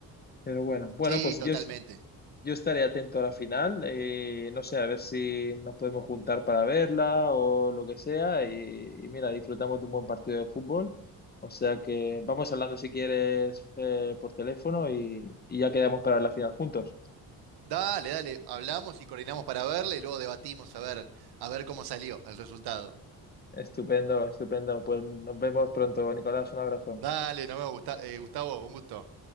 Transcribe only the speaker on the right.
Sí,
totalmente.
Dale, dale, hablamos y coordinamos para verla y luego debatimos a ver, a ver cómo salió el resultado.
Dale, no me gusta, eh, Gustavo, un gusto.